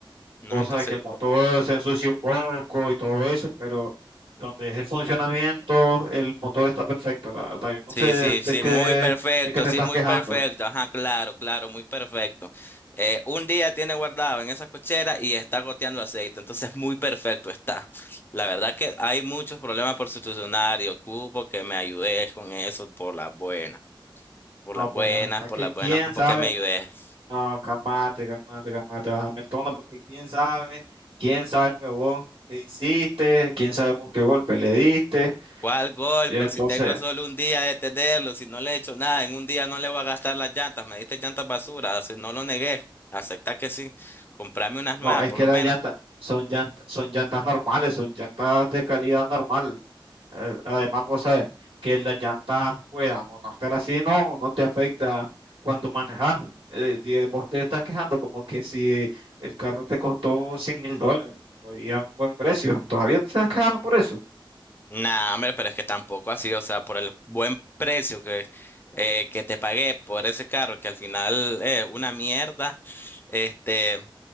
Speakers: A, on the left; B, on the right.
A: No,
B: Vos
A: entonces
B: sabes que el motor se ensucia un poco y todo eso, pero donde es el funcionamiento, el motor está perfecto, la verdad. Yo no
A: Sí,
B: sé
A: sí, sí,
B: de qué,
A: muy perfecto,
B: de qué te
A: sí,
B: estás
A: muy
B: quejando.
A: perfecto. Ajá, claro, claro, muy perfecto. Eh, un día tiene guardado en esa cochera y está goteando aceite, entonces muy perfecto está. La verdad que hay muchos problemas por solucionar y ocupo que me ayudes con eso por las buenas, por
B: No,
A: las
B: pues
A: buenas,
B: la verdad
A: por
B: que
A: las buenas,
B: quién
A: ocupo
B: sabe.
A: que me ayudes.
B: No, calmate, calmate, calmate, bájame el tono, porque quién sabe, quién sabe vos qué hiciste, quién sabe vos qué golpe le diste.
A: ¿Cuál golpe?
B: Y entonces,
A: Si tengo solo un día de tenerlo, si no le he hecho nada, en un día no le voy a gastar las llantas, me diste llantas basura, si no lo negué, acepta que sí, comprame unas
B: no,
A: nuevas
B: es
A: por
B: que
A: lo
B: las
A: menos.
B: llantas son llantas, son llantas normales, son llantas de calidad normal. Eh, Además, vos sabes que las llantas puedan o no estar así, no, no te afecta cuando manejas. Eh, di- vos te estás quejando como que si el carro te costó cien mil dólares y a un buen precio, todavía te estás quejando por eso.
A: Nah, hombre, pero es que tampoco así, o sea, por el buen precio que, eh, que te pagué por ese carro, que al final es una mierda, este,